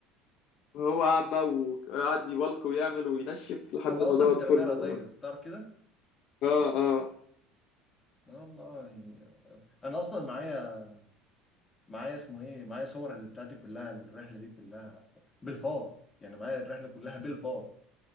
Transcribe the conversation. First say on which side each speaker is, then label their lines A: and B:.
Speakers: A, on the left; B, on the left.
A: هو قعد بقى وقعد يبلك ويعمل وينشف لحد
B: هو
A: ما
B: اصلا
A: ظبط
B: في تربيه
A: فورمه
B: رياضيه تعرف كده
A: اه اه
B: والله يعني انا اصلا معايا معايا اسمه ايه معايا صور البتاع دي كلها الرحله دي كلها بالفار يعني معايا الرحله كلها بالفار